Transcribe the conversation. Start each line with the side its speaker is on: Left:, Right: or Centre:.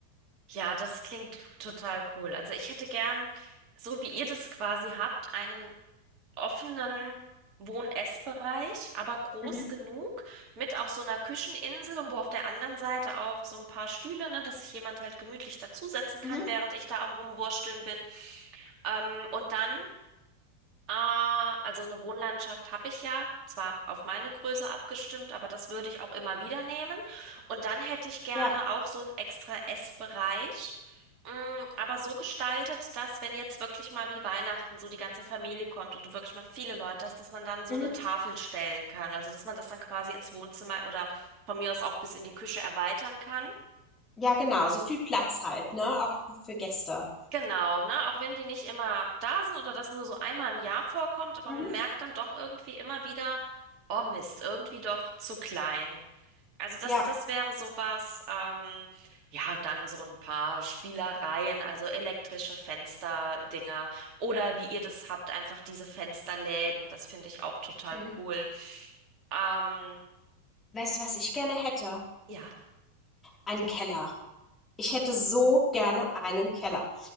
Right: Ja, das klingt total cool. Also ich hätte gern, so wie ihr das quasi habt, einen offenen Wohn-Ess-Bereich, aber groß
Left: Mhm,
Right: genug, mit auch so einer Kücheninsel und wo auf der anderen Seite auch so ein paar Stühle, ne, dass sich jemand halt gemütlich dazusetzen kann,
Left: mhm.
Right: während ich da am Rumwursteln bin. Ähm, und dann Ah, also eine Wohnlandschaft habe ich ja, zwar auf meine Größe abgestimmt, aber das würde ich auch immer wieder nehmen. Und dann hätte ich gerne
Left: Ja,
Right: auch so einen extra Essbereich, mm, aber so gestaltet, dass wenn jetzt wirklich mal wie Weihnachten so die ganze Familie kommt und du wirklich mal viele Leute hast, dass man dann so
Left: mhm.
Right: eine Tafel stellen kann. Also dass man das dann quasi ins Wohnzimmer oder von mir aus auch bis in die Küche erweitern kann.
Left: Ja, genau, so viel Platz halt, ne? Auch für Gäste.
Right: Genau, ne? Auch wenn die nicht immer da sind oder das nur so einmal im Jahr vorkommt, aber
Left: Mhm.
Right: man merkt dann doch irgendwie immer wieder, oh Mist, irgendwie doch zu klein. Also das,
Left: Ja.
Right: das wäre sowas, ähm, ja, und dann so ein paar Spielereien, also elektrische Fensterdinger oder wie ihr das habt, einfach diese Fensterläden, das finde ich auch total
Left: Mhm.
Right: cool. Ähm,
Left: Weißt du, was ich gerne hätte?
Right: ja.
Left: Einen Keller. Ich hätte so gerne einen Keller.